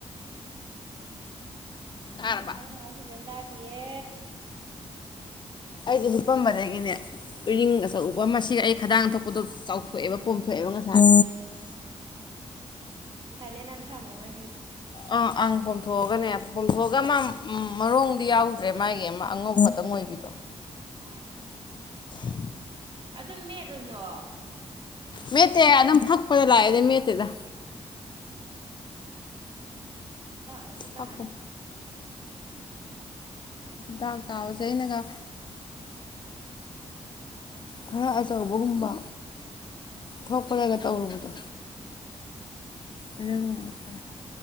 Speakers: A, on the left; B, on the right.
A: ꯇꯥꯔꯕ
B: ꯅꯪ ꯑꯨ ꯐꯖꯅ ꯇꯥꯗꯤꯌꯦ
A: ꯑꯩ ꯍꯄꯝꯕꯗꯒꯤꯅꯦ ꯎꯔꯤꯡ ꯑꯆ ꯎꯧꯕ ꯃꯁꯤ ꯑꯩ ꯈꯗꯥꯡ ꯊꯣꯛꯄꯗꯣ ꯆꯥꯎꯊꯣꯛꯑꯦꯕ ꯄꯣꯝꯊꯣꯛꯑꯦꯕ ꯉꯁꯥꯏ
B: ꯎꯝ ꯆꯂꯦꯅ ꯊꯃꯣ ꯅꯪ
A: ꯑꯥ ꯑꯪ ꯄꯣꯝꯊꯣꯛꯑꯒꯅꯦ ꯄꯣꯝꯊꯣꯛꯑꯒ ꯃꯥ ꯃꯔꯣꯡꯗꯤ ꯌꯥꯎꯗ꯭ꯔꯦ ꯃꯥꯒꯤ ꯑꯃ ꯑꯉꯧꯕ ꯈꯛꯇꯪ ꯑꯣꯏꯕꯤꯗꯣ
B: ꯑꯥ
A: <inaudible>
B: ꯑꯗꯨꯝ ꯃꯦꯂꯨꯅꯣ
A: ꯃꯦꯠꯇꯦ ꯑꯗꯨꯝ ꯊꯛꯄꯗ ꯂꯥꯛꯑꯦꯅꯦ ꯃꯦꯠꯇꯦꯗ
B: ꯑꯃꯨꯛ ꯇꯥꯅꯤ
A: ꯐꯛꯄ ꯗꯥꯛ ꯇꯥꯕꯁꯦ ꯑꯩꯅꯒ ꯈꯔ ꯑꯆꯧꯕꯒꯨꯝꯕ ꯊꯣꯛꯄꯔꯒ
B: ꯎꯝ
A: ꯇꯧꯔꯨꯕꯗꯣ
B: ꯎꯝ
A: ꯑꯗꯨ